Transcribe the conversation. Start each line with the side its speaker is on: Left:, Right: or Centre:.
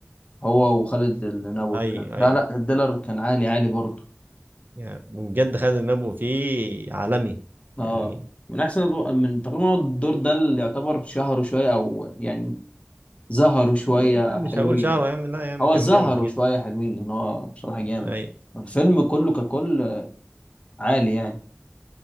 Left: هو وخالد النبوي
Right: اي
Left: كان
Right: اي
Left: لا لا الديلر كان عالي عالي برضو
Right: يعني بجد خالد النبوي فيه عالمي
Left: اه
Right: يعني
Left: من احسن أدو... من تقريبا هو الدور ده اللي يعتبر شهروا شويه او يعني ظهروا شويه
Right: لا مش
Left: حلوين
Right: هقول شعره يا عم لا يا عم
Left: هو
Right: كان
Left: ظهروا
Right: بيعمل حاجات
Left: شويه حلوين لان هو بصراحه جامد
Right: أي
Left: الفيلم كله ككل عالي يعني